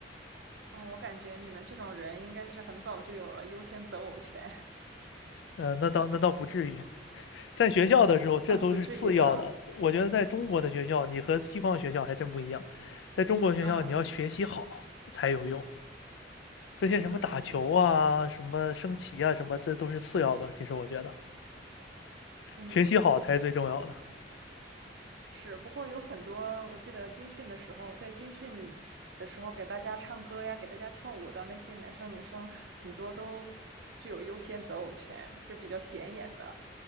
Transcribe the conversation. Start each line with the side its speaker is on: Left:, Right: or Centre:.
Right: 嗯，我感觉你们这种人应该是很早就有了优先择偶权
Left: 呃，那倒那倒不至于。在学校的时候，
Right: <laughs>
Left: 这都是次要的。
Right: 啊，不至于。嗯
Left: 我觉得在中国的学校，你和西方学校还真不一样。在中国学校，
Right: 嗯
Left: 你要学习好才有用。这些什么打球啊、
Right: 嗯
Left: 什么升旗啊、什么，这都是次要的。其实我觉得，
Right: 嗯。
Left: 学习好才是最重要的。
Right: 是，不过有很多，我记得军训的时候，在军训的时候给大家唱歌呀，给大家跳舞的那些男生女生，很多都具有优先择偶权，就比较显眼的。